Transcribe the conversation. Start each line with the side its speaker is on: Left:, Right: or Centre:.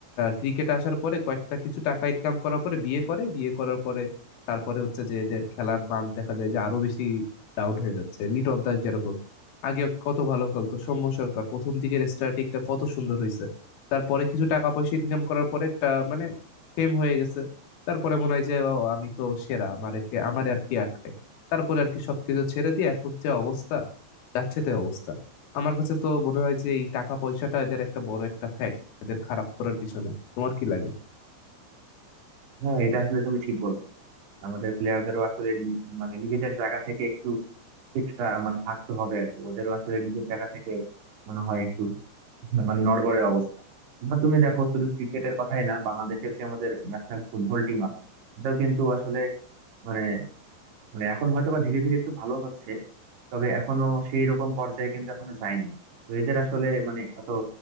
Left: ক্রিকেট আসার পরে কয়েকটা কিছু টাকা ইনকাম করার পরে বিয়ে করে বিয়ে করার পরে তারপরে হচ্ছে যে এদের খেলার মান দেখা যায় যে আরো বেশি ডাউন হয়ে যাচ্ছে লিটন দাস যেরকম আগে কত ভালো খেলতো সৌম্য সরকার প্রথম দিকের স্টার্টিংটা কত সুন্দর হয়েছে তারপরে কিছু টাকা পয়সা ইনকাম করার পরে একটা মানে ফেম হয়ে গেছে তারপরে মনে হয় যে ও, আমি তো সেরা আমার একে আমার আর কি আটকে তারপরে আর কি সবকিছু ছেড়ে দিয়ে এখন যে অবস্থা যাচ্ছে তাই অবস্থা আমার কাছে তো মনে হয় যে এই টাকা পয়সাটা এদের একটা বড় একটা ফ্যাক্ট এদের খারাপ করার পিছনে তোমার কি লাগে
Right: হ্যাঁ এটা আসলে তুমি ঠিক বলছো আমাদের প্লেয়ারদেরও আসলে নি- মানে নিজেদের জায়গা থেকে একটু ঠিক থা- মানে থাকতে হবে আর কি ওদেরও আসলে নিজের জায়গা থেকে মনে হয় একটু মানে নড়বড়ে অবস্থা এবার তুমি দেখো শুধু ক্রিকেটের কথাই না বাংলাদেশের যে আমাদের ন্যাশনাল ফুটবল টিম আছে এটাও কিন্তু আসলে মানে মানে এখন হয়তো বা ধীরে ধীরে একটু ভালো হচ্ছে তবে এখনো সেই রকম পর্যায়ে কিন্তু এখনো যায়নি তো এদের আসলে মানে এত